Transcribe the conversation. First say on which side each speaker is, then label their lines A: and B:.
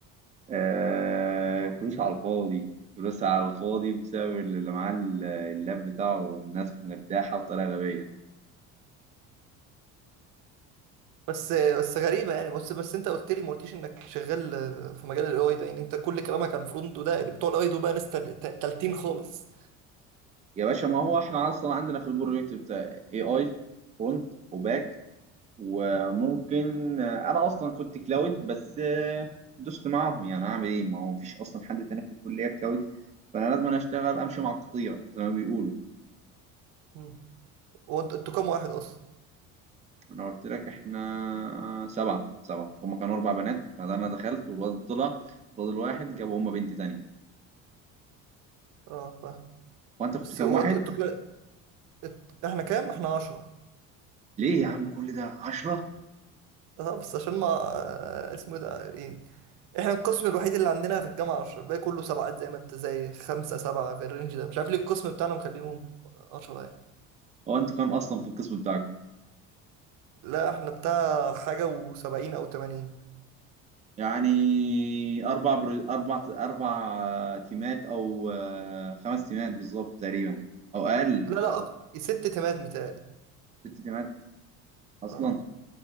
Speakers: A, on the right; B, on the right.
A: آه، فلوس على الفاضي فلوس على الفاضي بسبب اللي معاه اللاب بتاعه الناس مرتاحه بطريقه غبيه
B: بس بس غريبه يعني بس بس انت قلت لي ما قلتيش انك شغال في مجال الاي اي ده يعني انت كل كلامك عن الفرونت ده اللي بتوع الاي دول بقى ناس تل- تل- تالتين خالص
A: يا باشا ما هو احنا اصلا عندنا في البروجكت بتاع اي اي فرونت وباك وممكن انا اصلا كنت كلاود بس دوست معاهم يعني اعمل ايه ما هو مفيش اصلا حد تاني في الكليه كلاود فانا لازم أنا اشتغل امشي مع القطيع زي ما بيقولوا
B: مم. هو انت- انتوا كام واحد اصلا
A: انا قلت لك احنا سبعه سبعه هما كانوا اربع بنات بعدين انا دخلت والواد طلع فاضل واحد جابوا هما بنت تانية
B: اه فاهم
A: هو انت كنت
B: بس
A: كام
B: هو
A: واحد
B: انتوا انتوا كده ات- احنا كام احنا 10
A: ليه يا عم كل ده عشرة
B: اه بس عشان ما اسمه ايه ده ايه احنا القسم الوحيد اللي عندنا في الجامعه 10 الباقي كله سبعات زي ما انت زي خمسه سبعه في الرينج ده مش عارف ليه القسم بتاعنا مخلينه 10 يعني
A: هو انتوا كام اصلا في القسم بتاعكم
B: لا احنا بتاع حاجه و70 او 80
A: يعني اربع برو... اربع اربع تيمات او آه، خمس تيمات بالظبط تقريبا او اقل
B: لا لا أك- ست تمات متهيألي
A: الست دي ماتت اصلا
B: اه